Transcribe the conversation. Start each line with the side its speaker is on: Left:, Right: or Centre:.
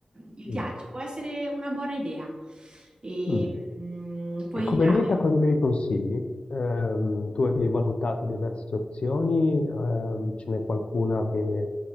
Right: il
Left: mm,
Right: viaggio. Può essere una buona idea. E,
Left: mm.
Right: mm, puoi
Left: E come
Right: dare
Left: meta come mi consigli? Ehm, tu avevi valutato diverse opzioni, ehm, ce n'è qualcuna che